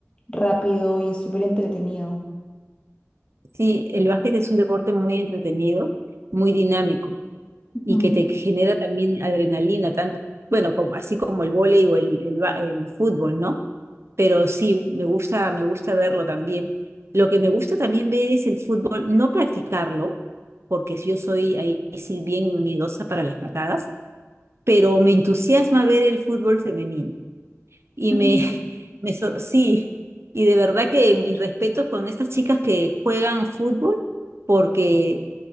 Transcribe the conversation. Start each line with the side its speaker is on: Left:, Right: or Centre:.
Left: rápido y es súper entretenido.
Right: Sí, el básquet es un deporte muy entretenido, muy dinámico
Left: Ujú.
Right: y que te genera también adrenalina, tanto, bueno, como, así como el vóley o el, el ba- el fútbol, ¿no? pero sí, me gusta, me gusta verlo también. Lo que me gusta también ver es el fútbol, no practicarlo, porque si yo soy ahí sí bien miedosa para las patadas, pero me entusiasma ver el fútbol femenino. Y
Left: Mm,
Right: me, <laughs> me sor- sí, y de verdad que mis respetos con estas chicas que juegan fútbol, porque